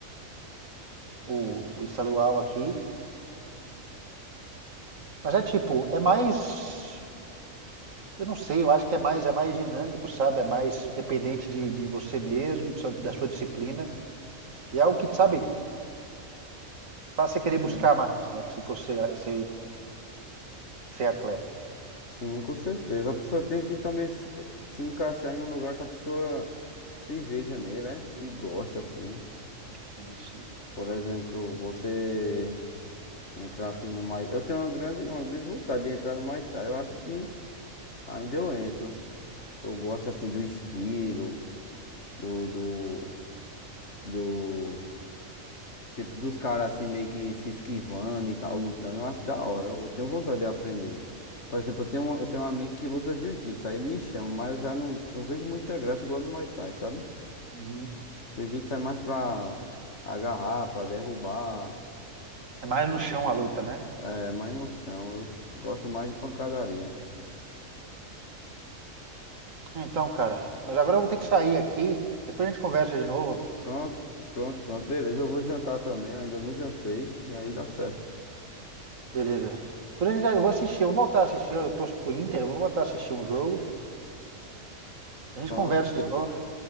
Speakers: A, on the right; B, on the left.
A: o, o estadual aqui. Mas é tipo, é mais. Eu não sei, eu acho que é mais, é mais dinâmico, sabe? É mais dependente de, de você mesmo, de sua- da sua disciplina. E é algo que, sabe, faz você querer
B: Sim.
A: buscar mais, né? Se você ser, ser atleta.
B: Sim, com certeza. A pessoa tem que também se se encaixar em um lugar que a pessoa se veja nele, né? Que gosta, assim.
A: Sim, sim.
B: Por exemplo, você entrar assim no Muay... Eu tenho uma grande, uma grande vontade de entrar no Muay Thai. Eu acho que ainda eu entro. Eu gosto, assim, do estilo, do, do... do tipo dos caras assim meio que se esquivando e tal, lutando, eu acho da hora. Eu tenho vontade de aprender. Por exemplo, eu tenho um, eu tenho um amigo que luta jiu-jitsu, aí ele me chama, mas eu já não, não vejo muita graça igual no Muay Thai, sabe?
A: Uhum.
B: Jiu-jitsu é mais pra agarrar, pra derrubar,
A: É mais
B: pra
A: no chão
B: deixar.
A: a luta, né?
B: É, mas no chão, eu gosto mais de pancadaria.
A: Então, cara, mas agora eu vou ter que sair aqui. Depois a gente conversa de novo.
B: Pronto, pronto, pronto, beleza. Eu vou jantar também, eu ainda não jantei, e aí dá certo.
A: Beleza. Depois a gente, eu vou assistir, eu vou voltar a assistir. Eu torço pro Inter, eu vou voltar a assistir um jogo. A gente
B: Pronto,
A: conversa
B: pronto,
A: de novo.